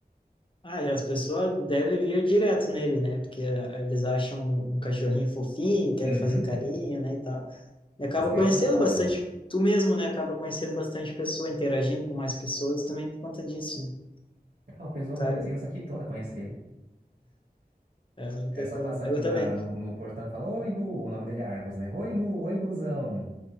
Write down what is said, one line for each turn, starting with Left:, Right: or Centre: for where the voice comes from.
Left: Ah, e as pessoas devem vir direto nele, né? Porque ah, eles acham um cachorrinho fofinho, querem
Right: Uhum.
Left: fazer carinho, né, e tal. E acaba
Right: As crianças
Left: conhecendo
Right: adoram.
Left: bastante, tu mesmo, né? Acaba conhecendo bastante pessoa, interagindo com mais pessoas também por conta disso, né?
Right: Ah, o pessoal
Left: Tá,
Right: da vizinhança aqui toda conhece ele.
Left: é, não
Right: É
Left: tem
Right: só
Left: como.
Right: passar aqui
Left: Eu
Right: na,
Left: também.
Right: no, no portão e falar: Oi, Gu! O nome dele é Argus, né? Oi, Gu! Oi, Guzão!